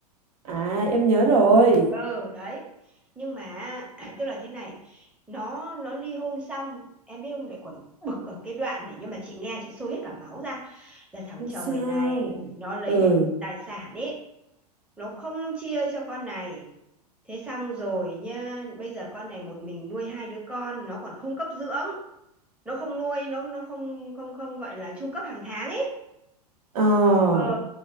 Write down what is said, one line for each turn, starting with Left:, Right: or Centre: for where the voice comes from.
Right: À em nhớ rồi.
Centre: ừ đấy nhưng mà <clears throat> tức là thế này nó nó ly hôn xong em biết không lại còn bực ở cái đoạn này nhưng mà chị nghe chị sôi hết cả máu ra là thằng
Right: Không
Centre: chồng
Right: sao.
Centre: mày này nó lấy
Right: Ừ.
Centre: hết tài sản ấy nó không chia cho con này Thế xong rồi nha, bây giờ con này một mình nuôi hai đứa con, nó còn không cấp dưỡng, nó không nuôi, nó nó không không không gọi là chu cấp hàng tháng ấy.
Right: Ờ
Centre: Ờ.